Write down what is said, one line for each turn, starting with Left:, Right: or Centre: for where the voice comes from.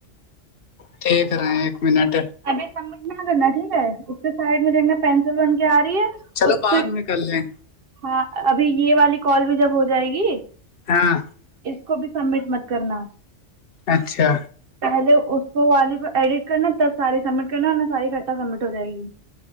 Left: ٹ کر رہے ہیں ایک منٹ
Right: ابھی سبمٹ نہ کرنا ٹھیک ہے اس کے سائڈ میں جا پینسل بن کے آ رہی ہے
Left: چلو
Right: اس
Left: بعد
Right: پہ
Left: میں کر لیں
Right: ہاں ابھی یہ والی کال بھی جب ہو جائے گی
Left: ہاں
Right: اس کو بھی سبمٹ مت کرنا
Left: اچھا
Right: پہلے اس کو والی کو ایڈٹ کرنا تب ساری سبمٹ کرنا انا ساری خھٹا سبمٹ ہو جائے گی